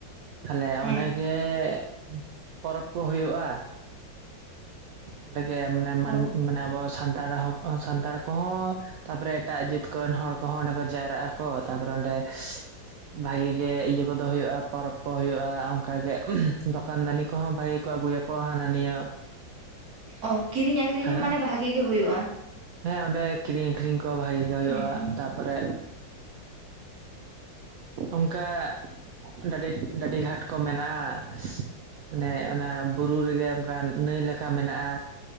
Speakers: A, on the right; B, on the right.
A: ᱛᱟᱦᱞᱮ
B: ᱦᱮᱸ
A: ᱚᱸᱰᱮ ᱜᱮ ᱜᱮ ᱯᱚᱨᱚᱵᱽ ᱠᱚ ᱦᱳᱭᱳᱜ-ᱟ᱾ ᱚᱸᱰᱮᱜᱮ ᱢᱟᱱᱮ ᱢᱟᱹᱱᱢ
B: ᱚ
A: ᱢᱟᱱᱮ ᱟᱵᱚ ᱥᱟᱱᱛᱟᱲ ᱦᱚᱯ ᱥᱟᱱᱛᱟᱲ ᱠᱚ ᱦᱚᱸ ᱛᱟᱯᱚᱨᱮ ᱮᱴᱟᱜ ᱡᱟᱹᱛ ᱠᱚᱨᱮᱱ ᱦᱚᱲ ᱠᱚᱦᱚᱸ ᱚᱸᱰᱮ ᱠᱚ ᱡᱟᱣᱨᱟᱜ ᱟᱠᱚ, ᱛᱟᱯᱚᱨᱮ ᱚᱸᱰᱮ ᱵᱷᱟᱜᱤ ᱜᱮ ᱤᱭᱟᱹ ᱠᱚᱫᱚ ᱦᱩᱭᱩᱜ-ᱟ, ᱯᱚᱨᱚᱵᱽ ᱠᱚ ᱦᱩᱭᱩᱜ-ᱟ, ᱚᱱᱠᱟᱜᱮ ᱫᱚᱠᱟᱱ ᱫᱟᱱᱤ ᱠᱚᱦᱚᱸ ᱵᱷᱟᱜᱤ ᱠᱚ ᱟᱹᱜᱩᱭᱟ᱾ ᱠᱚ ᱦᱟᱱᱟ ᱱᱤᱭᱟᱹ
B: ᱚ ᱠᱤᱨᱤᱧ ᱟᱠᱷᱨᱤᱧ
A: ᱦᱟᱱᱟ
B: ᱦᱚᱸ ᱢᱟᱱᱮ ᱵᱷᱟᱜᱮ ᱜᱮ ᱦᱩᱭᱩᱜ-ᱟ᱾
A: ᱦᱮᱸ ᱚᱸᱰᱮ ᱠᱤᱨᱤᱧ ᱟᱠᱷᱨᱤᱧ ᱠᱚ ᱵᱷᱟᱜᱤ ᱜᱮ ᱦᱩᱭᱩᱜ-ᱟ,
B: ᱦᱮᱸ
A: ᱛᱟᱯᱚᱨᱮ ᱚᱱᱠᱟ ᱰᱟᱹᱰᱤ ᱰᱟᱹᱰᱤ ᱜᱷᱟᱴ ᱠᱚ ᱢᱮᱱᱟᱜ-ᱟ, ᱢᱟᱱᱮ ᱚᱱᱟ ᱵᱩᱨᱩ ᱨᱮᱜᱮ ᱚᱱᱠᱟᱱ ᱱᱟᱹᱭ ᱞᱮᱠᱟ ᱢᱮᱱᱟᱜ-ᱟ